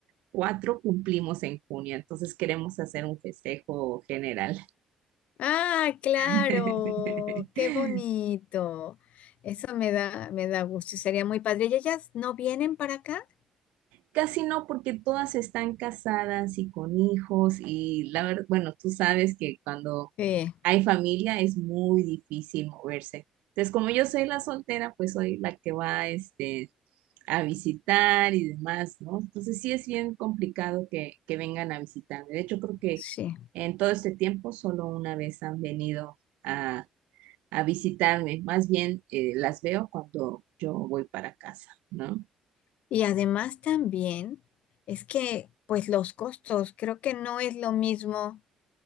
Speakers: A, on the right; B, on the left.
A: Cuatro cumplimos en junio, entonces queremos hacer un festejo general.
B: Ah, claro,
A: <laughs>
B: qué bonito. Eso me da, me da gusto y sería muy padre. ¿Y ellas no vienen para acá?
A: Casi no, porque todas están casadas y con hijos y la verdad, bueno, tú sabes que cuando
B: Sí,
A: hay familia es muy difícil moverse. Entonces, como yo soy la soltera, pues soy la que va, este, a visitar y demás, ¿no? Entonces sí es bien complicado que, que vengan a visitarme. De hecho, creo que
B: sí.
A: en todo este tiempo solo una vez han venido a a visitarme, más bien eh, las veo cuando yo voy para casa, ¿no?
B: Y además también es que, pues los costos, creo que no es lo mismo,